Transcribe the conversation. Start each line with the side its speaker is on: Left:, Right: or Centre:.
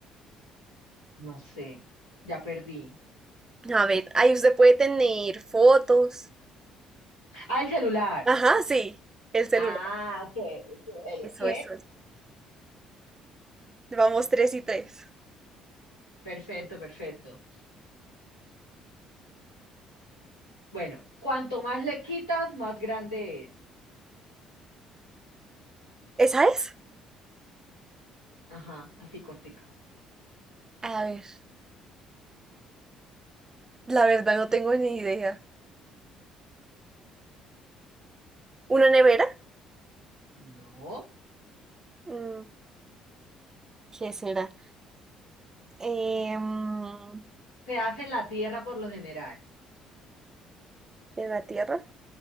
Left: No sé. Ya perdí.
Right: A ver, ahí usted puede tener fotos.
Left: Al celular.
Right: Ajá, sí, el celular.
Left: Ah, ok, ok,
Right: Eso,
Left: ok.
Right: eso. Vamos tres y tres.
Left: Perfecto, perfecto. Bueno, cuanto más le quitas, más grande es.
Right: ¿Esa es?
Left: Ajá, así cortica.
Right: A ver, la verdad no tengo ni idea. ¿Una nevera?
Left: No.
Right: Mm, ¿qué será? Eh, mm,
Left: Se hace en la tierra por lo general.
Right: ¿en la tierra?